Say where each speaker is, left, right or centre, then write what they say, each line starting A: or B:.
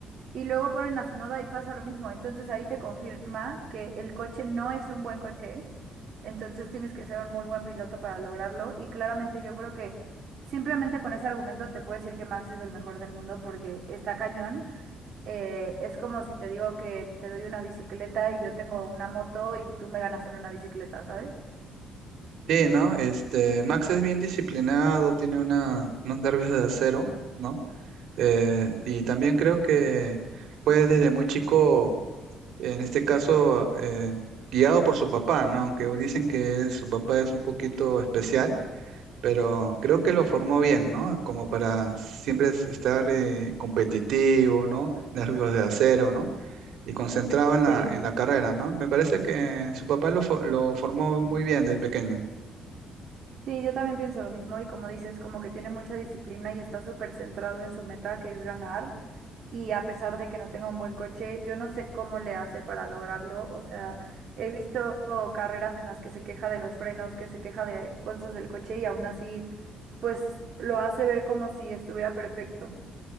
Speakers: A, on the right; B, on the right.
A: Y luego ponen a noda y pasa lo mismo. Entonces ahí te confirma que el coche no es un buen coche. Entonces tienes que ser un muy buen piloto para lograrlo. Y claramente yo creo que simplemente con ese argumento te puedo decir que Max es el mejor del mundo porque está cañón. Eh, es como si te digo que te doy una bicicleta y yo tengo una moto y tú me ganas en una bicicleta, ¿sabes?
B: Sí, ¿no? Este, Max es bien disciplinado, tiene una, unos nervios de acero, ¿no? Eh, y también creo que fue desde muy chico, en este caso, eh, guiado por su papá, ¿no? Aunque dicen que su papá es un poquito especial, pero creo
A: Ujú.
B: que lo formó bien, ¿no? Como para siempre es- estar eh, competitivo, ¿no? Nervios de acero, ¿no? Y concentrado en la,
A: Sí,
B: en la carrera, ¿no? Me parece que su papá lo, fo- lo formó muy bien desde pequeño.
A: sí, yo también pienso lo mismo y como dices, como que tiene mucha disciplina y está súper centrado en su meta, que es ganar. y a pesar de que no tenga un buen coche, yo no sé cómo le hace para lograrlo. O sea, he visto carreras en las que se queja de los frenos, que se queja de cosas del coche y aún así, pues lo hace ver como si estuviera perfecto.